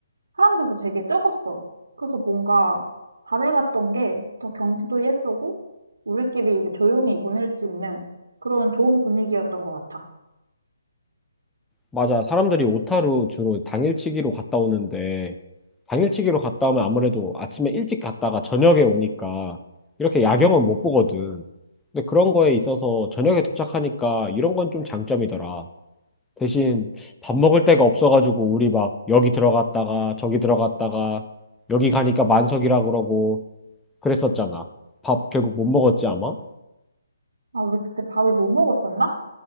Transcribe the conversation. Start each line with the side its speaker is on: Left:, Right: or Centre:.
Right: 사람들도 되게 적었어. 그래서 뭔가 밤에 갔던 게 더 경치도 예쁘고 우리끼리 이제 조용히 보낼 수 있는 그런 좋은 분위기였던 것 같아.
Centre: 맞아. 사람들이 오타루 주로 당일치기로 갔다 오는데, 당일치기로 갔다 오면 아무래도 아침에 일찍 갔다가 저녁에 오니까 이렇게 야경은 못 보거든. 근데 그런 거에 있어서 저녁에 도착하니까 이런 건 좀 장점이더라. 대신 밥 먹을 데가 없어가지고 우리 막 여기 들어갔다가 저기 들어갔다가 여기 가니까 만석이라 그러고 그랬었잖아. 밥 결국 못 먹었지 아마?
Right: 아, 우리 그때 밥을 못 먹었었나?